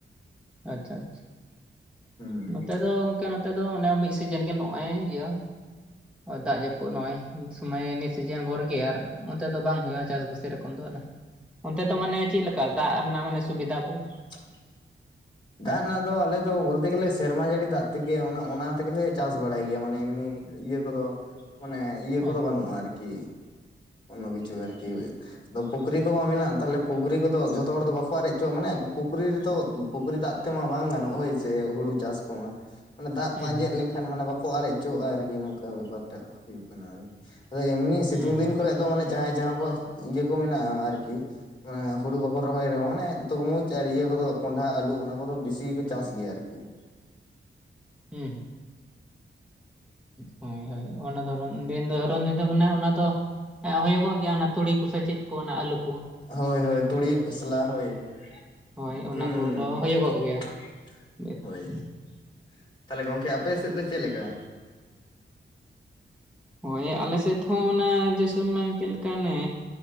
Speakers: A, in the centre; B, on the left.
A: ᱟᱪᱪᱷᱟ ᱟᱪᱪᱷᱟ,
B: ᱦᱩᱸ᱾
A: ᱱᱚᱛᱮ ᱫᱚ ᱚᱝᱠᱟ ᱱᱚᱛᱮ ᱫᱚ ᱚᱱᱮ ᱢᱤᱫ ᱥᱤᱡᱤᱱ ᱜᱮ ᱱᱚᱜᱼᱚᱭ ᱤᱭᱟᱹ ᱫᱟᱜ ᱡᱟᱹᱯᱩᱫ ᱱᱚᱜᱼᱚᱭ ᱱᱤᱛ ᱥᱚᱢᱚᱭ ᱱᱤᱛ ᱥᱤᱡᱤᱱ ᱵᱷᱳᱨ ᱜᱮ ᱟᱨ ᱚᱱᱛᱮ ᱫᱚ ᱵᱟᱝ ᱦᱳᱭᱳᱜᱼᱟ ᱪᱟᱥ ᱫᱚ ᱥᱮᱨᱚᱠᱚᱢ ᱫᱚ ᱟᱫᱚ ᱚᱱᱛᱮ ᱫᱚ ᱢᱟᱱᱮ ᱪᱮᱫ ᱞᱮᱠᱟ ᱫᱟᱜ ᱨᱮᱱᱟᱜ ᱢᱟᱱᱮ ᱥᱩᱵᱤᱫᱷᱟ ᱠᱚ?
B: <unintelligible> ᱫᱟᱜ ᱨᱮᱱᱟᱜ ᱫᱚ ᱟᱞᱮ ᱫᱚ ᱵᱳᱞᱛᱮ ᱜᱮ ᱞᱮ ᱥᱮᱨᱢᱟ ᱡᱟᱹᱲᱤ ᱫᱟᱜ ᱛᱮ ᱜᱮ ᱚᱱᱟ ᱛᱮᱜᱮ ᱞᱮ ᱪᱟᱥ ᱵᱟᱲᱟᱭ ᱜᱮᱭᱟ ᱢᱟᱱᱮ ᱮᱢᱱᱤ ᱤᱭᱟᱹ ᱠᱚᱫᱚ ᱢᱟᱱᱮ ᱤᱭᱟᱹ
A: ᱦᱳᱭ
B: ᱠᱚᱫᱚ ᱵᱟᱹᱱᱩᱜ-ᱟ ᱟᱨᱠᱤ ᱾ ᱚᱱᱱᱚ ᱠᱤᱪᱩ ᱟᱨᱠᱤ ᱟᱫᱚ ᱯᱩᱠᱷᱨᱤ ᱠᱚᱢᱟ ᱢᱮᱱᱟᱜ ᱛᱟᱦᱞᱮ ᱯᱩᱠᱷᱨᱤ ᱠᱚᱫᱚ ᱡᱷᱚᱛᱚ ᱦᱚᱲ ᱫᱚ ᱵᱟᱠᱚ ᱟᱨᱮᱡ ᱦᱚᱪᱚᱣᱟᱜ-ᱟ ᱢᱟᱱᱮ ᱯᱩᱠᱷᱨᱤ ᱨᱮᱫᱚ ᱯᱩᱠᱷᱨᱤ ᱫᱟᱜ ᱛᱮᱢᱟ ᱵᱟᱝ ᱜᱟᱱᱚᱜ ᱦᱳᱭ ᱥᱮ ᱦᱩᱲᱩ ᱪᱟᱥ ᱠᱚᱢᱟ ᱾ ᱢᱟᱱᱮ ᱫᱟᱜ
A: ᱦᱩᱸ
B: ᱠᱚ ᱟᱸᱡᱮᱫ ᱞᱮᱱᱠᱷᱟᱱ ᱢᱟᱱᱮ ᱵᱟᱠᱚ ᱟᱨᱮᱡ ᱚᱪᱚᱣᱟᱜ-ᱟ ᱟᱨᱠᱤ ᱱᱚᱝᱠᱟ ᱵᱮᱯᱟᱨ ᱴᱟᱜ ᱦᱩᱭᱩᱜ ᱠᱟᱱᱟ ᱟᱨᱠᱤ ᱾ ᱟᱫᱚ ᱮᱢᱱᱤ ᱥᱤᱛᱩᱝ
A: ᱦᱩᱸ ᱦᱩᱸ
B: ᱫᱤᱱ ᱠᱚᱨᱮ ᱫᱚ ᱢᱟᱱᱮ ᱡᱟᱦᱟᱸᱭ ᱡᱟᱦᱟᱸ ᱠᱚᱣᱟᱜ ᱤᱭᱟᱹ ᱠᱚ ᱢᱮᱱᱟᱜ-ᱟ ᱟᱨᱠᱤ ᱮ ᱦᱩᱲᱩ ᱵᱟᱠᱚ ᱨᱚᱦᱚᱭ ᱨᱮᱦᱚᱸ ᱢᱟᱱᱮ ᱛᱩᱨᱢᱩᱡᱽ ᱟᱨ ᱤᱭᱟᱹ ᱠᱚᱫᱚ ᱠᱚᱱᱰᱷᱟ ᱟᱹᱞᱩ ᱚᱱᱟ ᱠᱚᱫᱚ ᱵᱤᱥᱤ ᱜᱮᱠᱚ ᱪᱟᱥ ᱜᱮᱭᱟ ᱟᱨᱠᱤ ᱾
A: ᱦᱩᱸ ᱦᱳᱭ ᱦᱳᱭ ᱚᱱᱟ ᱫᱚ ᱚᱱ ᱫᱤᱱ ᱫᱚ ᱦᱚᱨᱚᱱ ᱫᱤᱱ ᱫᱚ ᱢᱟᱱᱮ ᱚᱱᱟ ᱫᱚ ᱦᱩᱭᱩᱜᱚᱜ ᱜᱮᱭᱟ ᱚᱱᱟ ᱛᱩᱲᱤ ᱠᱚᱥᱮ ᱪᱮᱫ ᱠᱚ ᱚᱱᱟ ᱟᱹᱞᱩ ᱠᱚ ᱾
B: ᱦᱳᱭ ᱦᱳᱭ ᱛᱩᱲᱤ ᱠᱷᱚᱥᱞᱟ ᱦᱳᱭ <inaudible>
A: ᱦᱳᱭ ᱚᱱᱟ
B: ᱦᱩᱸ
A: ᱠᱚᱫᱚ
B: ᱦᱩᱸ ᱦᱩᱸ
A: ᱦᱩᱭᱩᱜᱚᱜ ᱜᱮᱭᱟ
B: ᱾
A: ᱵᱮᱥ
B: ᱦᱳᱭ <inaudible> ᱛᱟᱦᱞᱮ ᱜᱚᱢᱠᱮ ᱟᱯᱮ ᱥᱮᱫ ᱫᱚ ᱪᱮᱫᱞᱮᱠᱟ?
A: ᱦᱳᱭ ᱟᱞᱮ ᱥᱮᱫ ᱦᱚᱸ ᱚᱱᱟ ᱫᱤᱥᱚᱢ ᱢᱮᱱ ᱪᱮᱫ ᱞᱮᱠᱟ ᱚᱱᱮ